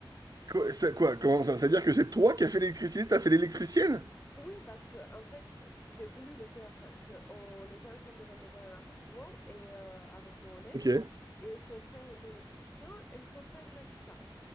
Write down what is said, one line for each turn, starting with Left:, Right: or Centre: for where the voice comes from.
Right: Quoi, ça, quoi, comment ça? C'est-à-dire que c'est toi qui as fait l'électricité, t'as fait l'électricienne?
Left: Oui, parce que en fait, euh, j'ai voulu le faire parce que on était en train de rénover un appartement et euh, avec mon ex
Right: Ok,
Left: et son frère était électricien et son frère il a dit ça.